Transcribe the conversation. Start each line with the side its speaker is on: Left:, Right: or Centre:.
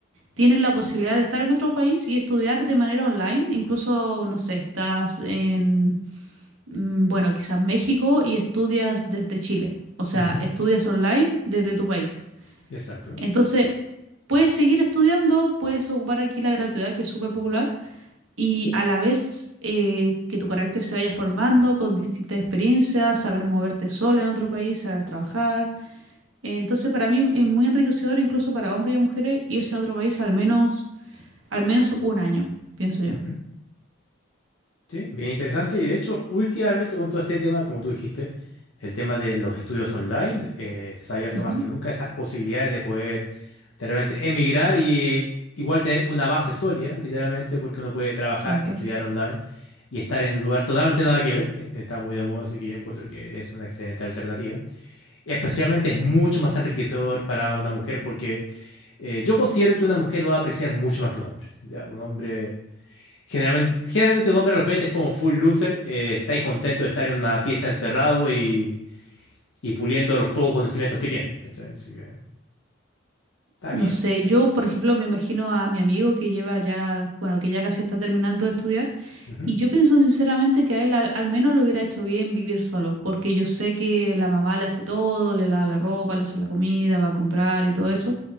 Right: Tienes la posibilidad de estar en otro país y estudiar de manera online, incluso, no sé, estás en, mm, bueno, quizás México y estudias desde Chile. O sea,
Left: ujú,
Right: estudias online desde tu país.
Left: Exacto.
Right: Entonces, puedes seguir estudiando, puedes ocupar aquí la gratuidad, que es súper popular, y a la vez eh, que tu carácter se vaya formando con distintas experiencias, saber moverte solo en otro país, saber trabajar. Entonces, para mí es muy enriquecedor, incluso para hombres y mujeres, irse a otro país al menos, al menos un año, pienso yo.
Left: ujú. Sí, bien interesante. Y de hecho, últimamente con todo este tema, como tú dijiste, el tema de los estudios online, eh, se ha abierto
Right: Ujú,
Left: más que nunca esas posibilidades de poder de realmente emigrar y igual tener una base sólida, literalmente, porque uno puede trabajar,
Right: Exacto.
Left: estudiar online y estar en un lugar totalmente nada que ver. Eh, Está muy de moda, así que yo encuentro que es una excelente alternativa. Especialmente es mucho más enriquecedor para una mujer porque eh, yo considero que una mujer lo va a apreciar mucho más que un hombre. ¿ya? Un hombre, generalmente, generalmente un hombre a los 20 es como full loser, eh, está ahí contento de estar en una pieza encerrado y, y puliendo los pocos conocimientos que tiene. ¿cachai? Así que está
Right: No
Left: bien,
Right: sé,
Left: está
Right: yo
Left: bien.
Right: por ejemplo me imagino a mi amigo que lleva ya, bueno, que ya casi está terminando de estudiar
Left: Ujú.
Right: y yo pienso sinceramente que a él al, al menos le hubiera hecho bien vivir solo, porque yo sé que la mamá le hace todo, le lava la ropa, le hace la comida, va a comprar y todo eso.